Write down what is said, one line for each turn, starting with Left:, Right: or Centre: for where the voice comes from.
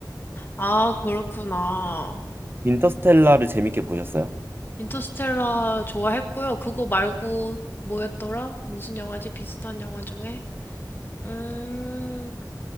Left: 아, 그렇구나.
Right: 인터스텔라를 재밌게 보셨어요?
Left: 인터스텔라 좋아했고요. 그거 말고 뭐였더라? 무슨 영화지? 비슷한 영화 중에? 음,